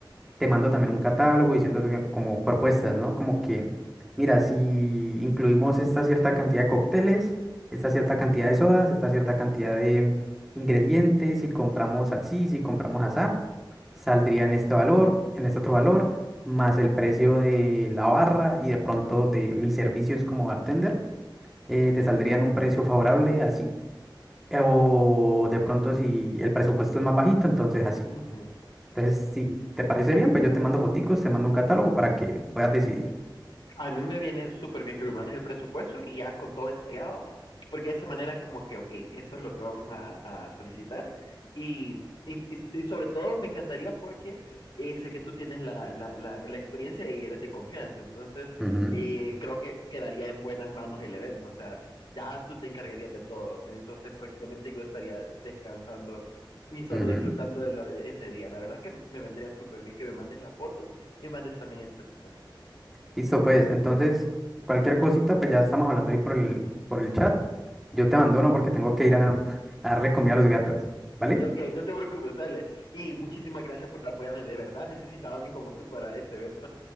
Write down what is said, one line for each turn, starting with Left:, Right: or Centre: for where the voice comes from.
Centre: te mando también un catálogo diciéndote que- como propuestas, ¿no? Como que, mira, si incluimos esta cierta cantidad de cócteles, esta cierta cantidad de sodas, esta cierta cantidad de ingredientes, si compramos así, si compramos asá, saldría en este valor, en este otro valor, más el precio de la barra y de pronto de mis servicios como bartender, eh, te saldrían un precio favorable así. eh, O de pronto si el presupuesto es más bajito, entonces así.
Left: ujú.
Centre: Entonces, si te parece bien, pues yo te mando foticos, te mando un catálogo para que puedas decidir.
Left: A mí me viene súper bien que me mandes el presupuesto y ya con todo detallado, porque de esa manera es como que, ok, eso es lo que vamos a, a solicitar. Y, y, y sobre todo me encantaría porque eh, sé que tú tienes la, la, la, la, experiencia y eres de confianza, entonces
Centre: Ujú,
Left: eh, creo que quedaría en buenas manos el evento, o sea, ya tú te encargarías de todo, entonces prácticamente yo estaría descansando y solo
Centre: ujú.
Left: disfrutando de lo, ese día. La verdad que me vendría súper bien que me mandes las fotos y mandes también el presupuesto.
Centre: Listo, pues. Entonces, cualquier cosita, pues ya estamos hablando ahí por el, por el chat. Yo te abandono porque tengo que ir a, <laughs> a darle comida a los gatos. ¿Vale?
Left: Ok, no te preocupes, dale. Y muchísimas gracias por apoyarme, de verdad necesitaba a alguien como tú para este evento.